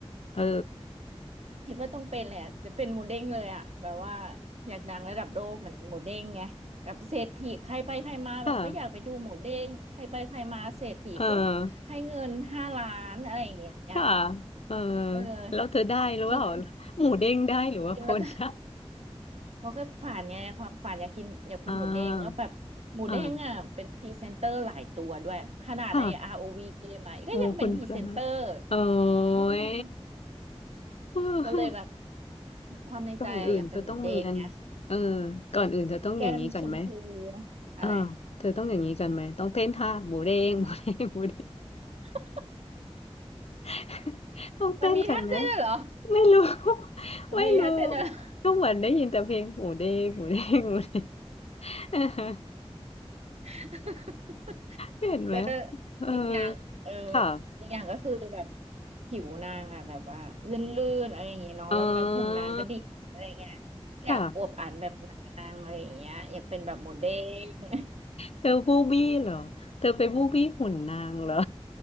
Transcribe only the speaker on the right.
คิดว่าต้องเป็นแหละจะเป็นหมูเด้งเลยอ่ะแบบว่าอยากดังระดับโลกเหมือนหมูเด้งไงแบบเศรษฐีใครไปใครมาแบบก็อยากไปดูหมูเด้งใครไปใครมาเศรษฐีก็
ให้เงินห้าล้านอะไรอย่างเงี้ย
เออ
กิน
กินแล้วก็เขาก็ฝันไงความฝันอยากกินอยากเป็นหมูเด้งแล้วแบบหมูเด้งอ่ะเป็นพรีเซนเตอร์หลายตัวด้วยขนาดใน
ROV เกมอ่ะก็ยังเป็นพรีเซนเตอร์
อืม
ก็เลยแบบความในใจอะอยากเป็นหมูเด้งไง
แก้มชมพูอะไร
<laughs>
นะคะ <laughs>
มันมีท่าเต้นด้วยเหรอ
มันมีท่าเต้นด้วยเหรอ
<laughs>
เดอ
อีกอย่างเออ
อีกอย่างก็คือแบบผิวนางอะแบบว่าลื่นๆอะไรอย่างเงี้ยเนาะแล้วแบบหุ่นนางก็ดีอะไรเงี้ย
อยากอวบอันแบบนางอะไรอย่างเงี้ยอยากเป็นแบบโมเดล